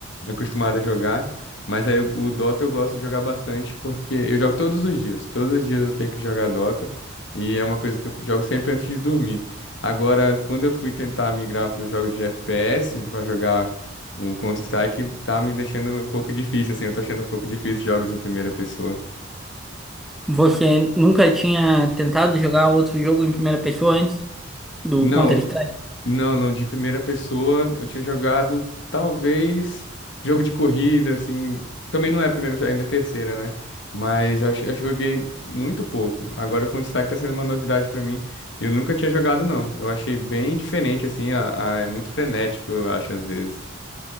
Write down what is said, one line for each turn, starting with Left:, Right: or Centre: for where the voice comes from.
Left: eu acostumado a jogar. Mas aí o o Dota eu gosto de jogar bastante, porque eu jogo todos os dias. Todos os dias eu tenho que jogar Dota, e é uma coisa que eu jogo sempre antes de dormir. Agora, quando eu fui tentar migrar para os jogos de FPS, para jogar um Counter-Strike, tá me deixando um pouco difícil, assim, eu tô achando um pouco difícil jogos em primeira pessoa.
Centre: Você nunca tinha tentado jogar outro jogo em primeira pessoa antes do
Left: Não,
Centre: Counter-Strike?
Left: Não, não, de primeira pessoa eu tinha jogado talvez jogo de corrida, assim. Também não é a primeira, ainda é a terceira, né? Mas eu acho, acho que eu joguei muito pouco. Agora o Counter Strike tá sendo uma novidade pra mim. Eu nunca tinha jogado, não. Eu achei bem diferente, assim, a, a- é muito frenético, eu acho, às vezes.